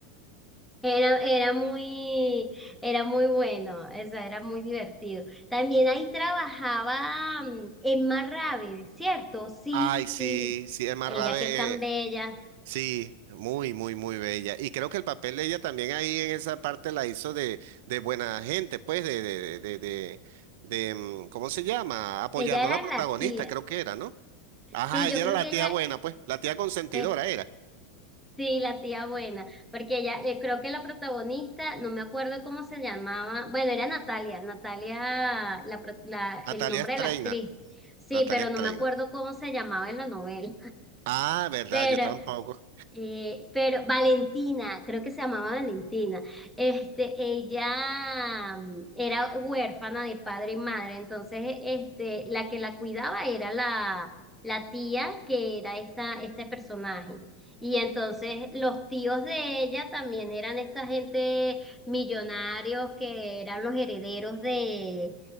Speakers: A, in the centre; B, on the right.
A: era, era muy, era muy bueno, o sea, era muy divertido. También ahí trabajaba mm, Emma Ravi, ¿cierto? Sí,
B: Ay, sí,
A: sí.
B: sí, Emma
A: Ella
B: Rabe,
A: que es tan
B: eh,
A: bella.
B: sí, muy, muy, muy bella. Y creo que el papel de ella también ahí en esa parte la hizo de, de buena gente, pues, de, de, de, de, de, mm, ¿cómo se llama? Apoyando
A: Ella era
B: a la protagonista,
A: la tía.
B: creo que era, ¿no? Ajá,
A: Sí, yo
B: ella
A: creo
B: era la
A: que
B: tía
A: ella
B: buena, pues, la tía consentidora
A: es,
B: era.
A: sí, la tía buena, porque ella, eh, creo que la protagonista, no me acuerdo cómo se llamaba, bueno, era Natalia, Natalia, la, pro- la- el
B: Natalia
A: nombre
B: Streiner,
A: de la actriz. Sí,
B: Natalia
A: pero
B: Streiner.
A: no me acuerdo cómo se llamaba en la novela.
B: Ah, verdad,
A: <laughs>
B: yo tampoco.
A: Eh, pero Valentina, creo que se llamaba Valentina, este, ella mm, era huérfana de padre y madre, entonces este, la que la cuidaba era la, la tía que era esta, este personaje. Y entonces los tíos de ella también eran esta gente millonarios que eran los herederos de